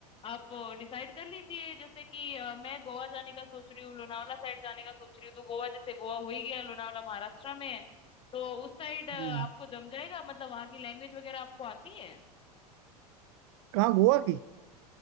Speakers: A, on the left (about 25°); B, on the right (about 45°).
A: आप डिसाइड कर लीजिए जैसे कि अ, मैं गोवा जाने का सोच रही हूँ लोनावला साइड जाने का सोच रही हूँ तो गोवा जैसे गोवा हो ही गया लोनावला महाराष्ट्र में है तो उस साइड आपको
B: हम्म।
A: जम जाएगा मतलब वहाँ की लैंग्वेज वगैरह आपको आती है
B: कहाँ गोवा की